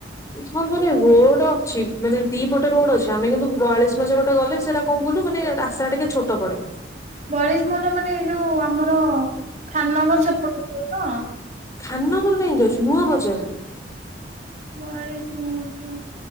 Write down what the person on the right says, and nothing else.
ବଇଆଳିଶି ମୌଜା ମାନେ ଏଇ ଯୋଉ ଆମର ଖାନନଗର ସେପଟକୁ ତ।
ବୟାଳିଶି ମୌଜା।